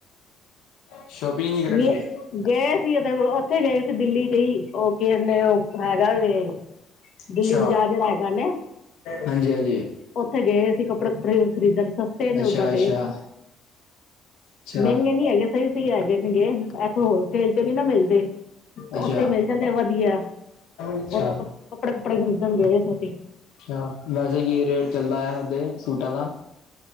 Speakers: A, on the left (about 80°); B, on the left (about 55°).
A: ਸ਼ੋਪਿੰਗ ਨਹੀਂ ਕਰਨ
B: ਨਿ
A: ਗਏ
B: ਗਏ ਸੀ ਉਹਦੇ ਕੋਲ ਉੱਥੇ ਗਏ ਸੀ ਦਿੱਲੀ ਚ ਹੀ ਉਹ ਕੀੇ ਉਹ। ਹੈਗਾ ਜੇ
A: ਅੱਛਾ
B: ਦਿੱਲੀ ਬਾਜ਼ਾਰ ਜਿਹੜਾ ਹੈਗਾ ਨਾ।
A: ਹਾਂਜੀ ਹਾਂਜੀ
B: ਉੱਥੇ ਗਏ ਅਸੀਂ ਕੱਪੜੇ ਕੱਪੜੇ ਖਰੀਦਣ ਵਾਸਤੇ ਸਸਤੇ ਨੇ
A: ਅੱਛਾ
B: ਉਓਦਾਂ
A: ਅੱਛਾ
B: ਤੇ।
A: ਅੱਛਾ
B: ਮਹਿੰਗੇ ਨਹੀਂ ਹੈਗੇ ਸਹੀ ਸਹੀ ਹੈਗੇ ਤੇ ਇਥੋਂ ਹੋਲ ਸੇਲ ਤੇ ਨਹੀਂ ਨਾ ਮਿਲਦੇ।
A: ਅੱਛਾ
B: ਉੱਥੇ ਮਿਲ ਜਾਂਦੇ ਆ ਵਧੀਆ
A: ਅੱਛਾ
B: ਉੱਥੇ ਕੱਪੜੇ ਕੁੱਪੜੇ ਖਰੀਦਣ ਗਏ ਸੀ ਅਸੀਂ।
A: ਅੱਛਾ, ਵੈਸੇ ਕੀ ਰੇਟ ਚੱਲਦਾ ਏ ਓਦੇ ਸੂਟਾਂ ਦਾ।